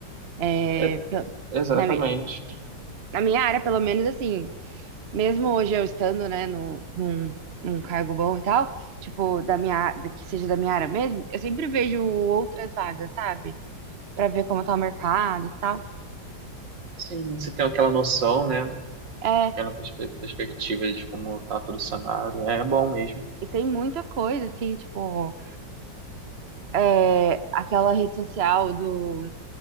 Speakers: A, on the right; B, on the right.
A: É,
B: é-
A: pe-
B: exatamente.
A: na minha, na minha área, pelo menos, assim, mesmo hoje eu estando, né, no, num, num cargo bom e tal, tipo, da minha, á- da- que seja da minha área mesmo, eu sempre vejo outras vagas, sabe? Pra ver como tá o mercado e tal.
B: Sim, você tem aquela noção, né?
A: É,
B: Aquela perspe- perspectiva de como tá todo o cenário, é bom mesmo.
A: e tem muita coisa, assim, tipo, é, aquela rede social do